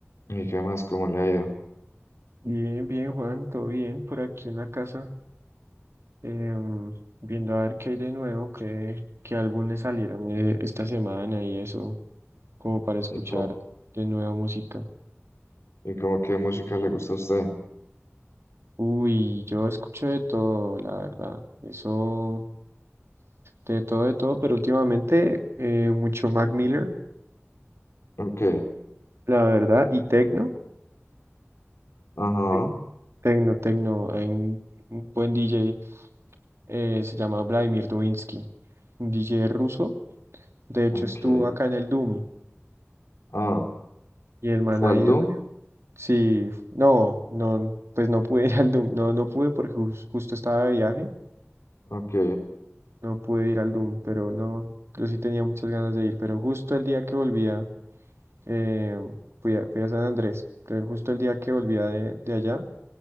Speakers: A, on the left; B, on the right.
A: ¿Y qué más? ¿Cómo le ha ido?
B: Bien, bien, Juan, todo bien por aquí en la casa, em, viendo a ver qué hay de nuevo, qué, qué álbumes salieron eh, esta semana y eso, como para escuchar
A: ¿Y cómo,
B: de nueva música.
A: y cómo qué música le gusta a usted?
B: Uy, yo escucho de todo, la verdad, eso, de todo, de todo, pero últimamente eh, mucho Mac Miller,
A: Ok,
B: la verdad, y Tecno,
A: ajá,
B: Tec- Tecno, Tecno, hay un un buen DJ, eh, se llama Vladimir Dovinsky, un DJ ruso De hecho,
A: ok.
B: estuvo acá en el Doom
A: Ah,
B: y el man
A: ¿fue
B: ha
A: al
B: ido.
A: Doom?
B: varias- Sí, no, no, pues no pude <laughs> ir al Doom. No, no pude porque jus- justo estaba de viaje.
A: Ok.
B: No pude ir al Doom, pero no, yo sí tenía muchas ganas de ir. Pero justo el día que volvía, eh, fui a, fui a San Andrés. Pero justo el día que volvía de, de allá,